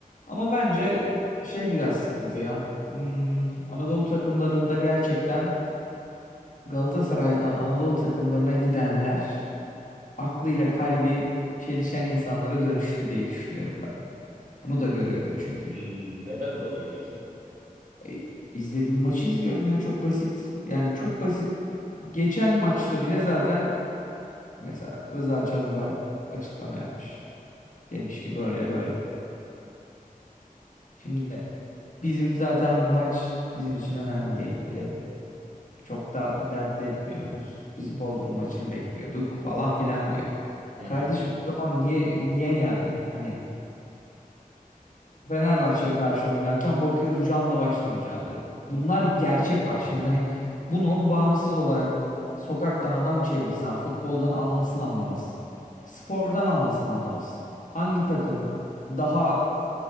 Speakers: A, on the left; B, on the right.
A: Ama bence şey biraz sıkıntı ya. Hmm, Anadolu takımlarında gerçekten Galatasaray'dan Anadolu takımlarına gidenler aklıyla kalbi çelişen insanlara dönüştü diye düşünüyorum ben. Bunu da görüyorum çünkü.
B: Hmm, neden dolayı peki?
A: E, izlediğim maçı izliyorum ya çok basit. Yani çok basit. Geçen maçta bile zaten mesela Rıza Çalımbay açıklama yapmış. Demiş ki böyle böyle. Şimdi bizim zaten bu maç bizim için önemli değildi. Çok da dert etmiyoruz. Biz Bodrum maçını bekliyorduk falan filan diyor.
B: Hı
A: Kardeşim
B: hı.
A: o zaman niye niye yani? Hani Fenerbahçe'ye karşı oynarken bakıyoruz canla başla mücadele. Bunlar gerçek bak. Şimdi hani bunu bağımsız olarak sokaktan adam çevirsen futboldan anlasın anlamasın. Spordan anlasın anlamasın. Hangi takım daha